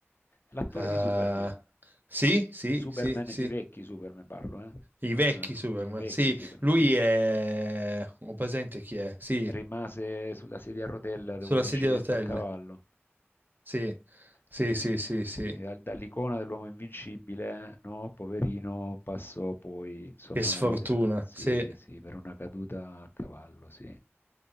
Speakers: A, on the left; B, on the right.
A: l'attore
B: Ah,
A: di Superman,
B: sì, sì,
A: Superman,
B: sì, sì.
A: i vecchi Superman parlo, eh?
B: I
A: Non,
B: vecchi Superman.
A: i vecchi
B: Sì,
A: Superman.
B: lui
A: Chris
B: è... Ho presente chi è? Sì.
A: rimase sulla sedia a rotella
B: Sulla
A: dopo un incidente
B: sedia a rotelle.
A: a cavallo.
B: Sì, sì,
A: Eh,
B: sì, sì, sì.
A: quindi dal- dall'icona dell'uomo invincibile, no, poverino, passò poi insomma
B: Che sfortuna,
A: alla vita. Sì,
B: sì.
A: sì, per una caduta a cavallo, sì.